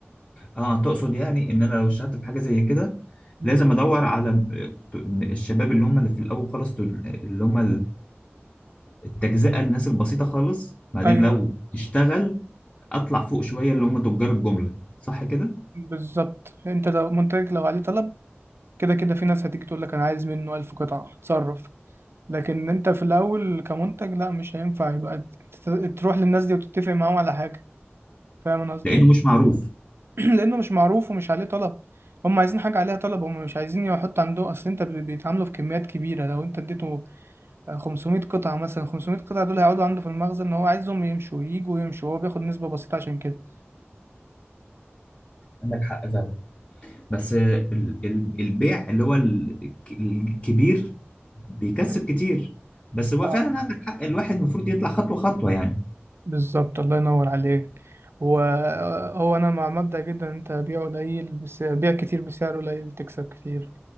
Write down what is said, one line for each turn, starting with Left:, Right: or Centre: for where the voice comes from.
Left: اه تقصد يعني ان انا لو اشتغلت في حاجه زي كده
Right: م.
Left: لازم ادور على آه، الشباب اللي هم اللي في الاول خالص دول- آه، اللي هم التجزئة الناس البسيطة خالص بعدين
Right: ايوه
Left: لو اشتغل اطلع فوق شوية اللي هم تجار الجملة صح كده
Right: بالظبط انت لو منتجك لو عليه طلب كده كده في ناس هتيجي تقول لك انا عايز منه 1000 قطعة اتصرف لكن انت في الاول كمنتج لا مش هينفع يبقى ت- تروح للناس دي وتتفق معاهم على حاجة فاهم أنا قصدي
Left: لانه
Right: إيه؟
Left: مش معروف
Right: <clears throat> لانه مش معروف ومش عليه طلب هم عايزين حاجه عليها طلب هم مش عايزين يحط عنده اصل انت بي- بيتعاملوا في كميات كبيره لو انت اديته 500 قطعه مثلا 500 قطعه دول هيقعدوا عنده في المخزن ان هو عايزهم يمشوا يجوا يمشوا هو بياخد نسبه بسيطه عشان كده
Left: عندك حق فعلا بس ال- ال- البيع اللي هو ال- الكبير بيكسب
Right: مم.
Left: كتير بس هو
Right: اه
Left: فعلا عندك حق الواحد المفروض يطلع خطوة خطوة يعني
Right: بالظبط الله ينور عليك وهو انا مع مبدأ جدا إن انت بيع قليل بس بيع كتير بسعر قليل تكسب كتير